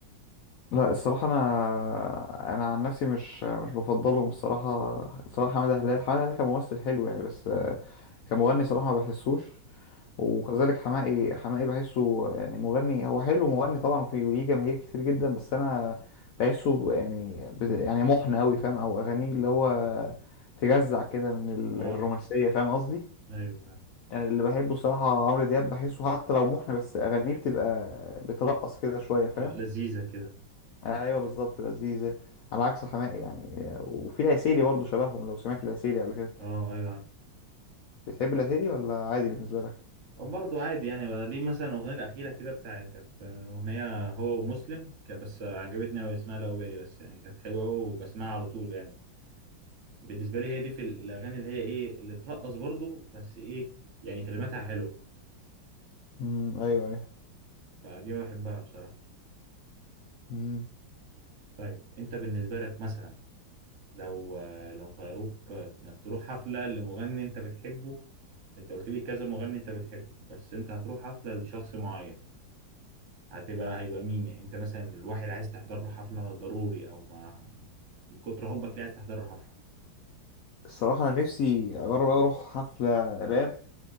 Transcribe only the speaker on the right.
اه
ايوه فاهم
اه لذيذة كده
اه ايوه عارف
برضه عادي يعني بقى ليه مثلا الأغنية الأخيرة كده بتاع كانت آه، أغنية هو ومسلم ك- بس عجبتني أوي اسمها لو بالي بس يعني كانت حلوة أوي وبسمعها على طول يعني بالنسبة لي هي دي في ال- الأغاني اللي هي إيه اللي ترقص برضه بس إيه يعني كلماتها حلوة
فدي ما بحبها بصراحة
طيب أنت بالنسبة لك مثلا لو آه، لو خيروك آه، إنك تروح حفلة لمغني أنت بتحبه أنت قلت لي كذا مغني أنت بتحبه بس أنت هتروح حفلة لشخص معين هتبقى هيبقى مين يعني انت مثلا الواحد عايز تحضر له حفلة ضروري او ما من كتر حبك ليه عايز تحضر له حفلة